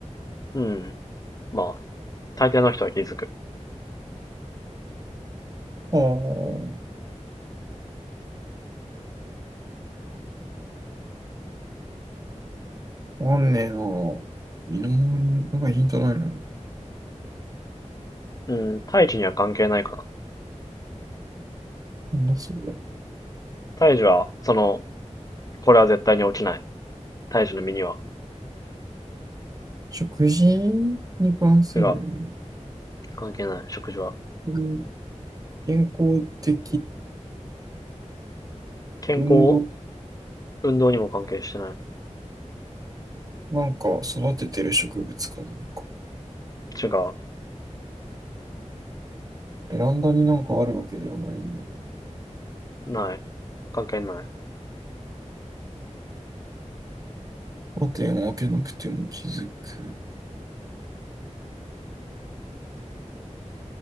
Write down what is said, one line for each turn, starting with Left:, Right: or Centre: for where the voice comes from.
Left: うん。まあ、大抵の人は気づく。
Right: ああ、わかんねえな。身の回りの、なんかヒントないの。な
Left: うん、胎児には関係ないかな。
Right: んだそれ。
Left: 胎児は、その、これは絶対に起きない。胎児の身には。
Right: 食事に関する。
Left: 違う。関係ない。食事は。
Right: うん健康的
Left: 健康、
Right: 運動、
Left: 運動にも関係してない。
Right: なんか育ててる植物かなんか。
Left: 違う。
Right: ベランダになんかあるわけではないんだよ。
Left: ない。関係ない。
Right: カーテンを開けなくても気づく。